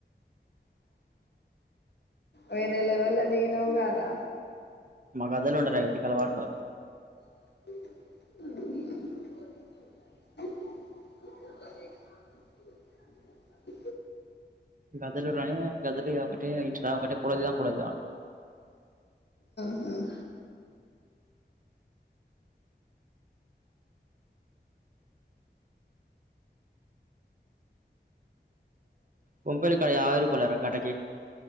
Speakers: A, on the left (about 65°); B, on the right (about 45°).
A: వేరేలెవెల్ లో దిగినావ్ గారా
B: మగదలు ఉండరయే తిక్కల పడతారు
A: అమ్ అమ్ ఇ
B: గదులు రాని గదులిగ ఒకటే ఇచ్చిన ఒకటే పోటో దిగుదాం పోటో దిగుదాం అంటది
A: మ్మ్
B: కొంపలు ఇక్కడ యాభై రూపాయలురా గంటకి